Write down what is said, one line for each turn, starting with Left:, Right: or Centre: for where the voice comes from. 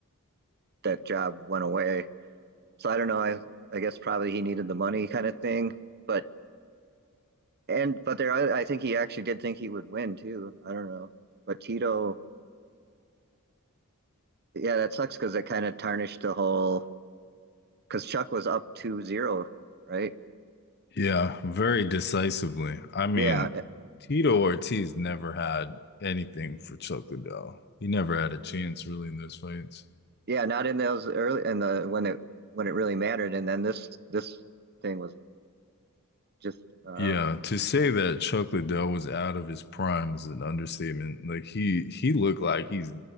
Right: that job went away So I don't know. I I guess probably he needed the money kind of thing. But and but there, I, I think he actually did think he would win too. I don't know. But Tito, yeah, that sucks because it kind of tarnished the whole. Because Chuck was up two zero, right?
Left: Yeah, very decisively. I mean,
Right: Yeah, eh,
Left: Tito Ortiz never had anything for Chuck Liddell. He never had a chance really in those fights.
Right: yeah, not in those early in the when it when it really mattered, and then this this thing was just uh,
Left: Yeah, to say that Chuck Liddell was out of his prime is an understatement. Like he he looked like he's